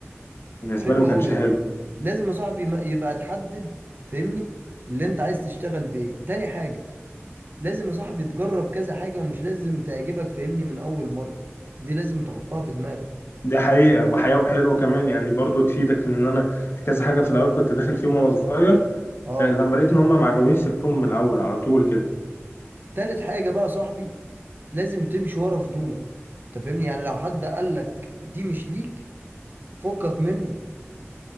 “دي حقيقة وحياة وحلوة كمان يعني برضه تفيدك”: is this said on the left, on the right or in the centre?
Left